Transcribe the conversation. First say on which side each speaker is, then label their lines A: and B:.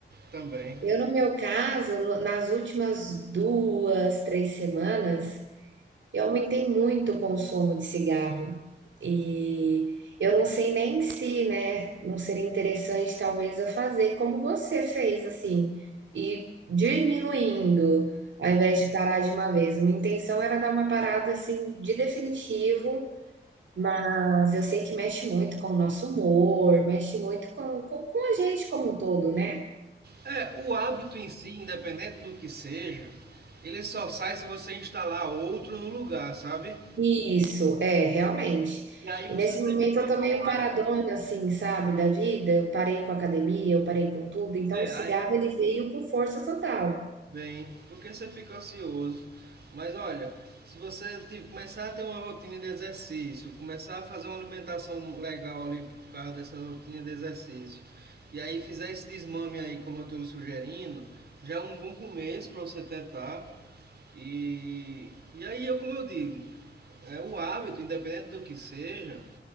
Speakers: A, on the right (about 60°); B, on the right (about 75°).
A: também.
B: eu no meu caso, no nas últimas 2 3 semanas Eu aumentei muito o consumo de cigarro e eu não sei nem se, né, não seria interessante talvez eu fazer como você fez, assim, e diminuindo ao invés de parar de uma vez. Minha intenção era dar uma parada assim de definitivo, mas eu sei que mexe muito com o nosso humor, mexe muito com, com, com a gente como um todo, né?
A: É, o hábito em si, independente do que seja, ele só sai se você instalar outro no lugar, sabe?
B: Isso, é, realmente.
A: E aí
B: E
A: você
B: nesse
A: tem
B: momento
A: que trocar
B: eu tô meio
A: um
B: paradona,
A: hábito.
B: assim, sabe, da vida. Eu parei com a academia, eu parei com tudo. Então
A: É,
B: o cigarro
A: aí
B: ele veio com força total.
A: Bem, porque você fica ocioso. Mas olha, se você tipo, começar a ter uma rotina de exercício, começar a fazer uma alimentação legal ali por causa dessa rotina de exercício, e aí fizer esse desmame aí, como eu estou lhe sugerindo, já é um bom começo para você tentar. E, e aí, eu, como eu digo, é, o hábito, independente do que seja,